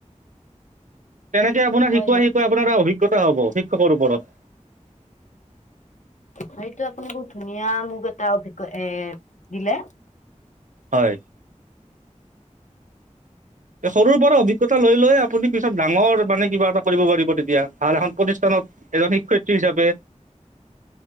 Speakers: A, on the right; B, on the left.
A: তেনেকে আপোনাৰ
B: হয়
A: শিকাই
B: হয়,
A: শিকাই আপোনাৰ এটা অভিজ্ঞতা হ'ব শিক্ষকৰ ওপৰত
B: সেইটো আপুনি বহুত ধুনীয়া মোক এটা অভিজ্ঞতাৰ এ দিলে
A: হয়। সৰুৰ পৰা অভিজ্ঞতা লৈ লৈ আপুনি পিছত ডাঙৰ মানে কিবা এটা কৰিব পাৰিব তেতিয়া ভাল এখন প্ৰতিষ্ঠান এজন শিক্ষয়িত্ৰী হিচাপে
B: <unintelligible>